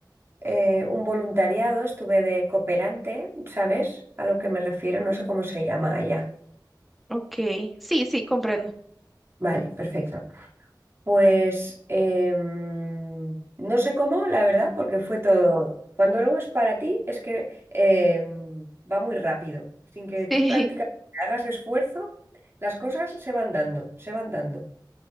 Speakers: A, on the right; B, in the centre.
A: eh, un voluntariado, estuve de cooperante, ¿sabes? A lo que me refiero,
B: Ujú.
A: no sé cómo se llama allá.
B: Ok, sí, sí, comprendo. <laughs>
A: Vale, perfecto. Pues em, no sé cómo, la verdad, porque fue todo. Cuando algo es para ti, es que em, va muy rápido. Sin que tú
B: Sí.
A: prácticamente hagas esfuerzo, las cosas se van dando, se van dando.